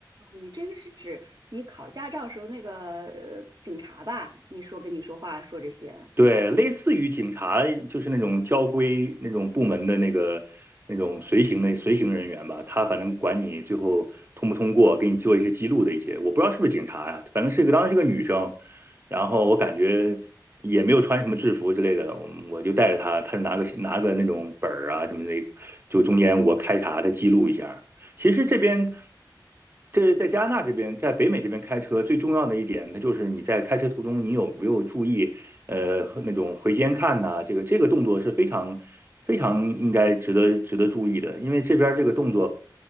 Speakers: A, on the right (about 60°); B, on the right (about 30°).
A: 你这个是指你考驾照时候那个呃警察吧？你说跟你说话说这些。
B: 对，类似于警察，就是那种交规那种部门的那个那种随行的随行人员吧，他反正管你最后通不通过，给你做一些记录的一些，我不知道是不是警察呀、反正是个当时是个女生，然后我感觉也没有穿什么制服之类的，我我就带着她，她就拿个拿个那种本儿啊什么的，就中间我开查她记录一下。其实这边，这在加拿大这边，在北美这边开车最重要的一点，那就是你在开车途中，你有意，呃，那种回肩看呐、啊这个这个动作是非常非常应该值得值得注意的，因为这边这个动作，